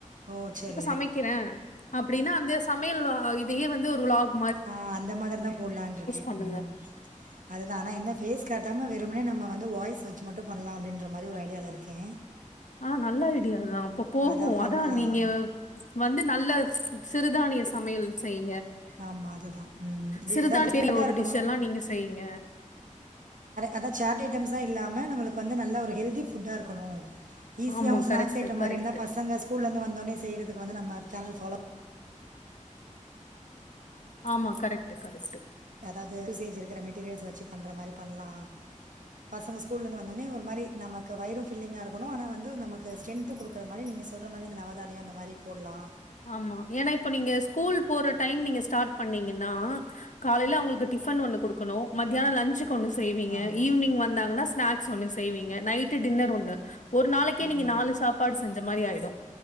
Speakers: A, on the right (about 80°); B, on the left (about 70°).
A: ஓ ச்சேரி
B: சமைக்கிறே அப்டின்னா அந்த சமையல் லே வந்து ஒரு வ்லாக்
A: ஆ அந்த மாதிரிதா போட்லான்ருக்கே
B: பண்ணுங்க
A: ம் அதுதா ஆனா என்ன ஃபேஸ் காட்டாம வெறுமனே நம்ம வந் வந்து வாய்ஸ் வச்சு மட்டு பண்லா அப்டின்ற மாரி ஒரு ஐடியால இருக்கே
B: ஆனா நல்ல ஐடியா தா அப்ப போகு
A: அதான் பண்ணலாம்
B: அதா நீங்க வந்து நல்ல சிறுதானிய சமையல் செய்
A: ஆமா அதுதா
B: சிறுதானிய
A: எதா டிபரண்ட்டா
B: ஒரு
A: இருக்கணு
B: டிஷ் எல்லா நீங்க செய்யுங்க
A: அதா <unintelligible> ன் இல்லாம நம்ளுக்கு வந்து நல்ல ஒரு ஹெல்தி ஃபுட்டாருக்கணு ஈஸியாவு
B: ஆமா
A: ஸ்நாக்ஸ்
B: கரெக்ட்
A: ஐட்ட மாரி
B: கரெக்ட்
A: இருந்தா பசங்க ஸ்கூல்லருந்து வந்தோனே செய்றதுக்கு வந்து நம்ம சேனல் ஃபாலோ
B: ஆமா கரெக்ட்டு கரெக்ட்டு
A: எதாது யூசேஜ் இருக்கற மெட்டீரியல்ஸ் வச்சு பண்ற மாரி பண்லா பசங்க ஸ்கூலேந்து வந்தோனே ஒரு மாரி நமக்கு வயரு ஃபில்லிங்கா இருக்கணு ஆனா வந்து நமக்கு ஸ்ட்ரன்த்தும் குடுக்குற மாரி நீ சொல்ற மாரி அந்த நவதானியோ அந்த மாரி போடலா
B: ஆமா ஏனா இப்ப நீங்க ஸ்கூல் போற டைம் நீங்க ஸ்டார்ட் பண்ணீங்கனா காலைல அவங்களுக்கு டிஃபன் ஒண்ணு குடுக்கணு மதியானோ லன்சு ஒன்னு செய்வீங்க
A: ஆமாம்
B: ஈவினிங் வந்தாங்னா ஸ்நாக்ஸ் ஒண்ணு செய்வீங்க நைட் டின்னர் ஒண்ணு ஒரு நாளைக்கே
A: ஆமாம்
B: நீங்க நாலு சாப்பாடு செஞ்ச இந்த மாரி ஆயிடு